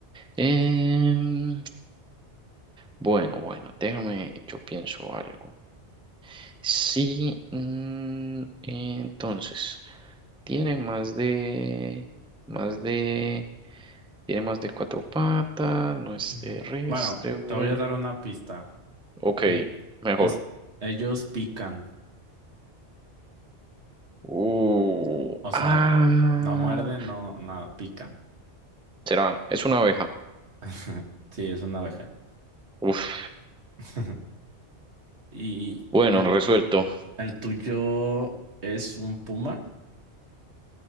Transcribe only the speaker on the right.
Mm,
Bueno,
te voy a dar una pista.
Eh,
es, ellos pican,
o sea,
no muerden, no, nada, pican.
<laughs> Sí, es una abeja.
<laughs> ¿Y
el,
el tuyo es un puma?